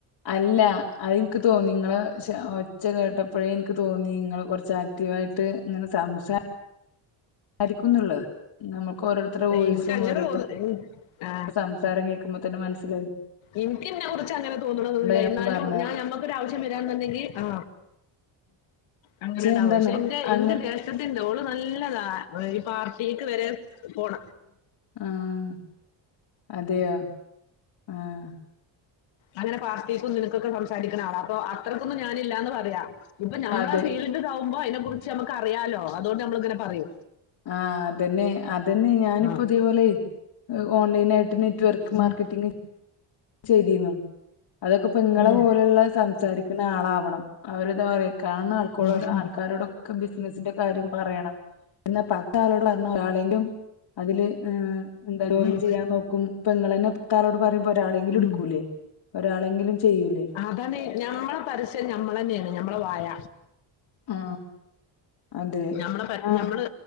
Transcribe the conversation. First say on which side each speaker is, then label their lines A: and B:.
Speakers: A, on the left; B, on the left.
A: അല്ല അതെനിക്ക് തോന്നും നിങ്ങള് ഒച്ച കേട്ട ഇപ്പോഴേ എനിക്ക് തോന്നി നിങ്ങൾ കുറച്ച് ആക്റ്റീവ് ആായിട്ട് ഇങ്ങനെ സംസാ ആരിക്കുന്നുള്ളത് നമ്മുക്ക് ഓരോരുത്തരെ ഓയിസും
B: എനിക്ക് അങ്ങനെ
A: ഓരോരുത്തരെ
B: തോന്നുന്നു ആ
A: സംസാരം കേൾക്കുമ്പോ തന്നെ മനസ്സിലായ്
B: എനിക്ക് എന്നെ കുറിച്ച് അങ്ങനെ തോന്നുണൊന്നില്ല
A: ഞാൻ
B: എന്നാലും
A: പറഞ്ഞത്
B: ഞാൻ ഞമ്മുക്ക് ഒരു ആവശ്യം വരാന്നുണ്ടെങ്കിൽ ആ അങ്ങനെ ഇണ്ടാവും
A: എന്താന്നോ
B: പക്ഷെ എന്റെ
A: അങ്ങനെ
B: ഇന്റെ ജ്യേഷ്ഠത്തി ഉണ്ട് ഓള് നല്ലതാ ഈ പാർട്ടിക്ക് വരെ പോണ
A: ആഹ് അതെയോ ആഹ്
B: അങ്ങനെ പാർട്ടിക്കും ഇതിനൊക്കെ സംസാരിക്ക്ണ ആളാ അപ്പൊ അത്രയ്ക്കൊന്നും ഞാനില്ലാന്ന് പറയാം ഇപ്പൊ നമ്മളെഫീൽഡ്
A: അതെ.
B: ഇത് താവുമ്പോ അതിനെ കുറിച്ച് നമുക്ക് അറിയാലോ ങ്ങനെ പറയൂ
A: ആഹ് അതെന്നെ അതെന്നെ ഞാനിപ്പൊ
B: ആ
A: ഇതേപോലെ ഓൺലൈനായിട്ട് നെറ്റ്‌വർക്ക്
B: ഉം.
A: മാർക്കറ്റിംഗ് ചെയ്തിരുന്നു അതൊക്കെ ഇങ്ങളെ
B: ഉം.
A: പോലുള്ള സംസാരിക്കുന്ന ആളാവണം അവരെതാ പറയണ കാണുന്ന ആൾക്കാർ
B: ഉം.
A: ആൾക്കാരോടൊക്കെ ബിസിനസിന്റെ കാര്യം പറയണം പിന്ന പത്താളോട് പറഞ്ഞ ഒരാളെങ്കിലും അതില്ന്ത ജോയിൻ
B: ഉം.
A: ചെയ്യാൻ നോക്കും ഇപ്പ ഇങ്ങളന്നെ പത്താളോട് പറയുമ്പോ കയ്യിൽ എടുക്കൂലേ
B: ഉം.
A: ഒരാളെങ്കിലും ചെയ്യൂലേ
B: അതന്നെ ഞമ്മളെ പരസ്യം ഞമ്മളെ ന്നെണ് ഞമ്മളെ വായ
A: ആ അതെ.
B: നമ്മള പ
A: ആ
B: ഞമ്മള്